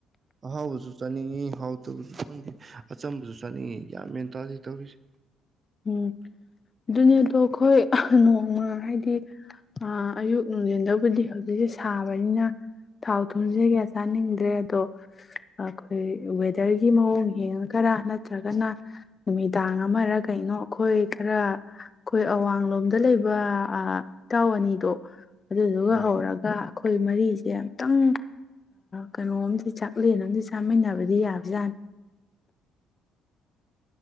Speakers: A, on the right (about 40°); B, on the left (about 35°).
A: ꯑꯍꯥꯎꯕꯁꯨ ꯆꯥꯅꯤꯡꯉꯤ ꯍꯥꯎꯇꯕꯁꯨ ꯈꯪꯗꯦ ꯑꯆꯝꯕꯁꯨ ꯆꯥꯅꯤꯡꯏꯤ ꯒ꯭ꯌꯥꯟ ꯃꯦꯟ ꯇꯥꯊꯦ ꯇꯧꯔꯤꯁꯦ
B: ꯎꯝ ꯑꯗꯨꯅꯦꯗꯣ ꯑꯩꯈꯣꯏ ꯅꯣꯡꯃ ꯍꯥꯏꯗꯤ ꯩꯑꯥ ꯑꯌꯨꯛ ꯅꯨꯡꯊꯤꯟꯗꯕꯨꯗꯤ ꯍꯧꯖꯤꯛꯁꯦ ꯁꯥꯕꯅꯤꯅ ꯊꯥꯎ ꯊꯨꯝꯁꯦ ꯀꯌꯥ ꯆꯥꯅꯤꯡꯗ꯭ꯔꯦ ꯑꯗꯣ ꯑꯩꯈꯣꯏ ꯋꯦꯗꯔꯒꯤ ꯃꯑꯣꯡ ꯌꯦꯡꯉꯥꯒꯔꯥ ꯅꯠꯇ꯭ꯔꯒꯅ ꯅꯨꯃꯤꯗꯥꯡ ꯑꯃꯔ ꯑꯩꯈꯣꯏ ꯈꯥꯔ ꯑꯩꯈꯣꯏ ꯑꯋꯥꯡꯂꯣꯝꯗ ꯂꯩꯕ ꯏꯇꯥꯎ ꯑꯅꯤꯗꯣ ꯑꯗꯨꯗꯨꯒ
A: ꯎꯝ
B: ꯍꯧꯔꯒ ꯑꯩꯈꯣꯏ ꯃꯔꯤꯁꯦ ꯑꯝꯇꯪ ꯀꯩꯅꯣꯝꯗꯤ ꯆꯥꯛꯂꯦꯟ ꯑꯃꯥꯗꯤ ꯆꯥꯃꯤꯟꯅꯕꯗꯤ ꯌꯥꯕꯖꯥꯠꯅꯤ